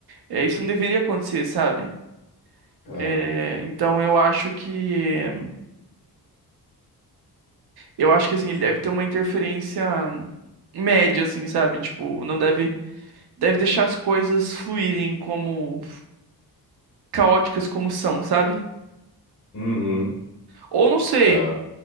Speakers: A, on the right (about 75°); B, on the left (about 50°).
A: É, isso não deveria acontecer, sabe?
B: É,
A: É, então eu acho que, eu acho que, assim, ele deve ter uma interferência média, assim, sabe? Tipo, não deve, deve deixar as coisas fluírem como, caóticas como são, sabe?
B: uhum,
A: Ou não sei.
B: é,